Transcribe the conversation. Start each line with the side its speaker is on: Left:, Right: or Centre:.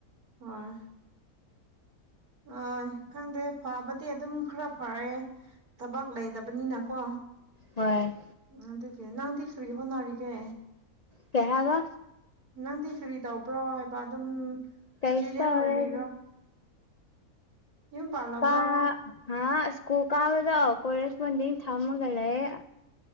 Right: ꯍꯣꯏ ꯑꯣꯢ ꯈꯪꯗꯦ ꯐꯕꯗꯤ ꯑꯗꯨꯝ ꯈꯔ ꯐꯔꯦ ꯊꯕꯛ ꯂꯩꯗꯕꯅꯤꯅꯀꯣ
Left: ꯍꯣꯏ
Right: ꯑ ꯑꯗꯨꯒꯤ ꯅꯪꯗꯤ ꯀꯔꯤ ꯍꯣꯠꯅꯔꯤꯒꯦ
Left: ꯀꯩ ꯍꯥꯏꯕ
Right: ꯅꯪꯗꯤ ꯀ꯭ꯔꯤ ꯇꯧꯕ꯭ꯔꯣ ꯍꯥꯏꯕ ꯑꯗꯨꯝ
Left: ꯀꯩꯁꯨ
Right: ꯁ꯭ꯇꯨꯗꯦꯟ
Left: ꯇꯧꯔꯦꯗ
Right: ꯑꯣꯏꯔꯤꯔꯣ ꯌꯨꯝ ꯄꯥꯜꯂꯕ꯭ꯔꯣ
Left: ꯇꯥ
Right: ꯑꯣ
Left: ꯍꯥ ꯁ꯭ꯀꯨꯜ ꯀꯥꯕꯗꯣ ꯀꯣꯔꯦꯁꯕꯣꯟꯗꯤꯡ ꯊꯝꯃꯒ ꯂꯩꯌꯦ